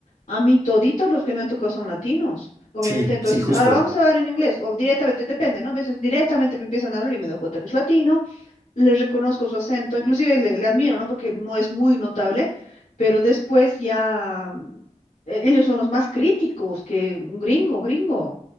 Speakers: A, on the left; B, on the right.
A: A mí toditos los que me han tocado son latinos. Obviamente,
B: sí,
A: entonces,
B: sí, justo.
A: ahora vamos a hablar en inglés, o directamente, depende, ¿no? A veces directamente me empiezan a hablar y me doy cuenta que es latino, le reconozco su acento, inclusive le, le admiro, ¿no? Porque no es muy notable, pero después ya mm, e- ellos son los más críticos que un gringo, gringo.